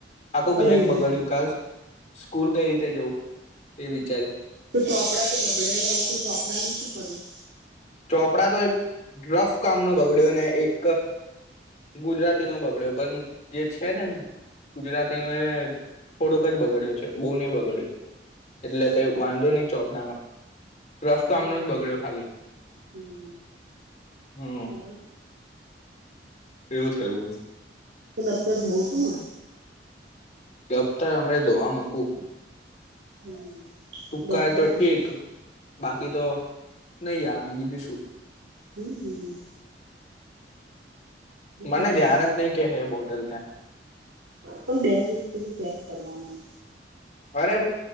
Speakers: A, on the left (about 40°); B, on the right (about 75°).
A: આખું
B: અરે
A: બેગ બગાડ્યું
B: રે
A: કાસ સ્કૂલ કઈ રીતે જવું? એવી
B: તો ચોપડા તો બગડે લ હોય તો ચોપડાનું શું કરું
A: ચોપડા તો એક રફ કામ ન બગડ્યો ને એક ગુજરાતી નો બગડ્યો પણ જે છે ને ગુજરાતી નો એ થોડુક જ બગાડ્યું છે બો ની બગાડ્યું એટલે
B: એ
A: કઈ
B: તો ચાલશે
A: વાંધો
B: હવે
A: નહી ચોકડામાં રફ કામનું
B: હમ
A: જ બગડ્યો ખાલી
B: હમ
A: હમ
B: ઓર
A: એવું થયું
B: ડફતર ધવ તું ના
A: ગફ્તર હમેં ધોવા મૂકું
B: હમ
A: સુકાય
B: દફતર
A: તો
B: ધોવું
A: ઠીક બાકી તો નહી અને બીજું શું?
B: હમ હમ
A: મને
B: બીજું
A: ધ્યાન જ નહી કે હે બોટલ ત્યાં
B: પણ બે દિવસ સુધી ચેક કરવાનું
A: અરે